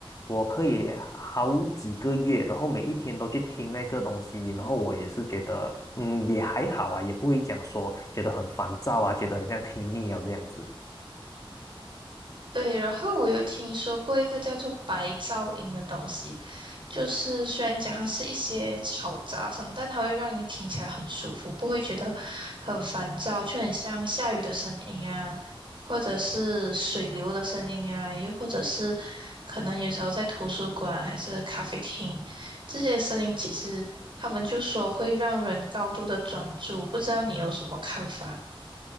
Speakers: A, on the left; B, on the right.
A: 我可以好几个月，然后每一天都去听那个东西，然后我也是觉得，嗯，也还好啊，也不会讲说觉得很烦躁啊，觉得很像听腻啊这样子。
B: 对，然后我有听说过一个叫做白噪音的东西，就是虽然讲它是一些嘈杂声，但它会让你听起来很舒服，不会觉得很烦躁，就很像下雨的声音啊，或者是水流的声音啊，又或者是可能有时候在图书馆还是咖啡厅，这些声音其实他们就说会让人高度的专注，不知道你有什么看法？